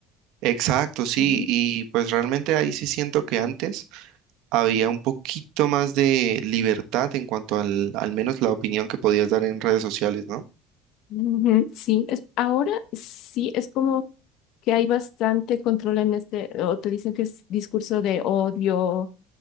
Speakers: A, on the right; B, on the left.
A: Exacto, sí,
B: Ujú.
A: y pues realmente ahí sí siento que antes había un poquito más de libertad en cuanto al, al menos la opinión que podías dar en redes sociales, ¿no?
B: Ujú, Sí, es, ahora sí es como que hay bastante control en este, o te dicen que es discurso de odio